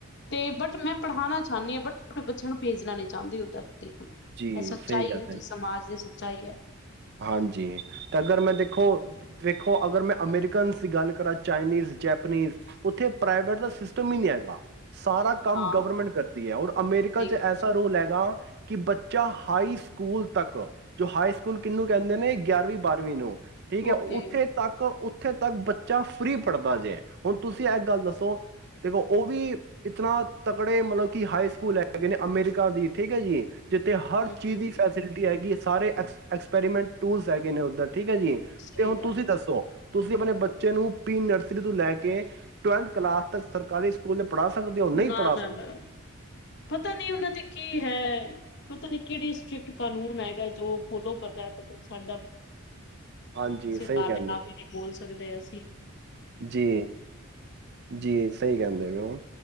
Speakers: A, on the left (about 50°); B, on the right (about 50°).
A: ਤੇ ਬਟ ਮੈਂ ਪੜ੍ਹਾਣਾ ਚਾਹੁੰਦੀ ਹਾਂ ਬਟ ਬੱਚਿਆਂ ਨੂੰ ਭੇਜਣਾ ਨਹੀ ਚਾਹੁੰਦੀ ਦੇਖ ਲਓ
B: ਜੀ
A: ਇਹ ਸੱਚਾਈ
B: ਸਹੀ ਗੱਲ
A: ਹੈ ਜੀ ਸਮਾਜ ਦੇ ਚਾਹੀਏ <unintelligible>
B: ਹਾਂਜੀ ਤੇ ਅਗਰ ਮੈਂ ਦੇਖੋ ਦੇੇਖੋ ਅਗਰ ਮੈਂ ਅਮੇਰੀਕਨਸ ਦੀ ਗੱਲ ਕਰਾਂ ਚਾਈਨੀਜ਼ ਜੈਪਨੀਜ਼ ਉੱਥੇ ਪ੍ਰਾਈਵੇਟ ਦਾ ਸਿਸਟਮ ਹੀ ਨਹੀਂ ਹੈਗਾ ਸਾਰਾ ਕੰਮ
A: ਹਾਂ
B: ਗਵਰਮੈਂਟ ਕਰਦੀ ਹੈ ਔਰ ਅਮੈਰੀਕਾ
A: ਦੇਖ
B: ਚ
A: ਲਓ
B: ਐਸਾ
A: ਜੀ।
B: ਰੁਲ ਹੈਗਾ ਕੀ ਬੱਚਾ ਹਾਈ ਸਕੂਲ ਤੱਕ ਜੋ ਹਾਈ ਸਕੂਲ ਕਿੰਨੂੰ ਕਹਿੰਦੇ ਨੇ ਗਿਆਰਵੀਂ ਬਾਰ੍ਹਵੀਂ ਨੂੰ ਠੀਕ ਹੈ
A: ਓਕੇ
B: ਉੱਥੇ ਤੱਕ ਉੱਥੇ ਤੱਕ ਬੱਚਾ ਫਰੀ ਪੜ੍ਹਦਾ ਜੇ ਹੁਣ ਤੁਸੀਂ ਇਹ ਗੱਲ ਦੱਸੋ ਦੇਖੋ ਉਹ ਵੀ ਇਤਨਾ ਤਕੜੇ ਮਤਲਬ ਕਿ ਹਾਈ ਸਕੂਲ ਹੈਗੇ ਨੇ ਅਮਰੀਕਾ ਦੀ ਠੀਕ ਹੈ ਜੀ। ਜਿੱਥੇ ਹਰ
A: ਹੂੰ
B: ਚੀਜ਼ ਦੀ ਫੈਸਿਲਿਟੀ ਹੈਗੀ। ਸਾਰੇ ਐਕ ਐਕਸ ਐਕਪੈਰੀਮੈਂਟੂਲਸ ਹੈਗੇ ਨੇ ਉੱਧਰ ਠੀਕ ਹੈ ਜੀ
A: ਸਹੀ
B: ਤੇ ਹੁਣ
A: ਗੱਲ
B: ਤੁਸੀਂ
A: ਹੈ
B: ਦੱਸੋ ਤੁਸੀਂ ਆਪਣੇ ਬੱਚੇ ਨੂੰ ਪੀ ਨਰਸਰੀ ਤੋਂ ਲੈ ਕੇ ਟਵੈਲਥ ਕਲਾਸ ਤੱਕ ਸਰਕਾਰੀ ਸਕੂਲ ਦੇ ਪੜ੍ਹਾ ਸਕਦੇ ਹੋ ਨਹੀਂ
A: ਨਾ
B: ਪੜ੍ਹਾ
A: ਨਾ
B: ਸਕਦੇ
A: ਨਾ ਪਤਾ ਨਹੀਂ ਉਹਨਾਂ ਦੀ ਕੀ ਹੈ। ਪਤਾ ਨੀ ਕਿਹੜੀ ਸਟ੍ਰਿਕਟ ਕਾਨੂੰਨ ਹੈਗਾ ਜੋ ਫੋਲੋ ਕਰਦਾ ਹੈ ਬਟ ਸਾਡਾ
B: ਹਾਂਜੀ
A: ਅਸੀਂ
B: ਸਹੀ ਕਹਿੰਦੇ
A: ਦੇ ਆਪ
B: ਹੋ।
A: ਵੀ ਨਹੀਂ ਬੋਲ ਸਕਦੇ ਹਾ। ਸੀ।
B: ਜੀ ਜੀ ਸਹੀ ਕਹਿੰਦੇ ਪਏ ਹੋ